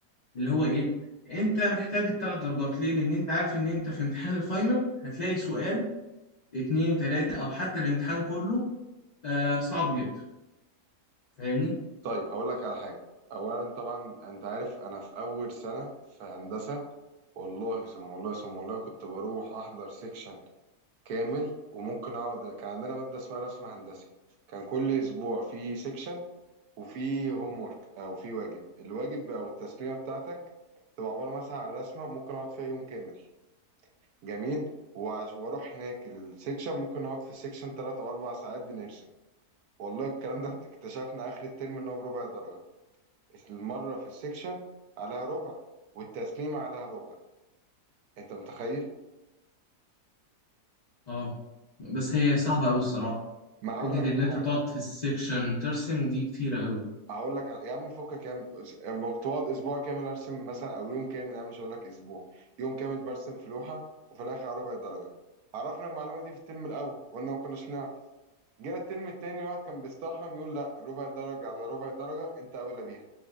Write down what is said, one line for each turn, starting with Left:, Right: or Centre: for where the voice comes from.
Left: اللي هو إيه أنت محتاج التلات درجات ليه؟ لأن أنت عارف إن أنت في امتحان الفاينل هتلاقي سؤال اتنين تلاتة أو حتى الامتحان كله آه صعب جدا فاهمني؟
Right: طيب هقول لك على حاجة اولا طبعا انت عارف انا في اول سنة في هندسة والله ثم والله ثم والله كنت بروح احضر سيكشن كامل وممكن اقعد كان عندنا مادة اسمها رسم هندسي كان كل اسبوع في سيكشن وفي هوم ورك او في واجب الواجب او التسليمة بتاعتك تبقى عبارة مثلا عن رسمة ممكن اقعد فيها يوم كامل جميل وعش- واروح هناك السيكشن ممكن اقعد في السيكشن 3 او 4 ساعات بنرسم والله الكلام ده اكتشفنا آخر الترم إن هو بربع درجة المرة في السكشن عليها ربع والتسليم عليها ربع أنت متخيل؟
Left: أه بس هي صعبة أوي الصراحة
Right: ما هقول
Left: فكرة
Right: لك
Left: إن أنت
Right: على حاجة
Left: تقعد
Right: بقى
Left: في السكشن ترسم دي كتيرة أوي
Right: هقول لك على- يا عم فكك يا عم أما كنت بقعد أسبوع كامل أرسم مثلا أو يوم كامل يا عم مش هقول لك أسبوع يوم كامل برسم في لوحة وفي الآخر على ربع درجة عرفنا المعلومة دي في الترم الأول قلنا ما كناش نعرف جينا الترم التاني واحد كان بيستحرم يقول لا ربع درجة على ربع درجة أنت أولى بيها